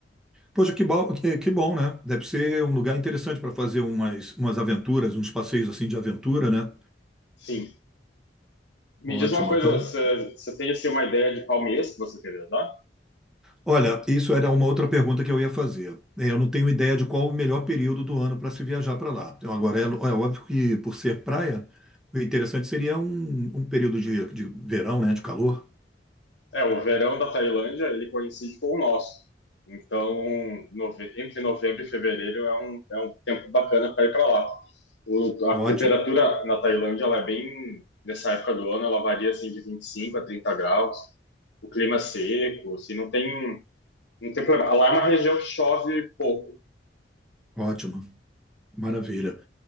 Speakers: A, in the centre; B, on the left.
A: Poxa, que bom, que, que bom, né? Deve ser um lugar interessante para fazer umas, umas aventuras, uns passeios assim de aventura, né?
B: Sim. Me
A: Ótimo.
B: diz uma coisa,
A: Então,
B: você você tem assim, uma ideia de qual mês que você quer viajar?
A: olha, isso era uma outra pergunta que eu ia fazer. Eu não tenho ideia de qual o melhor período do ano para se viajar para lá. Então, agora, é, lo- é óbvio que por ser praia, o interessante seria um, um período de, de verão, né? De calor.
B: É, o verão da Tailândia, ele coincide com o nosso. Então, nove- entre novembro e fevereiro é um, é um tempo bacana para ir para lá. O- a
A: Ótimo,
B: temperatura na Tailândia, ela é bem, nessa época do ano, ela varia assim de 25 a 30 graus. O clima é seco, assim, não tem, não tem problema. Lá é uma região que chove pouco.
A: ótimo. Maravilha.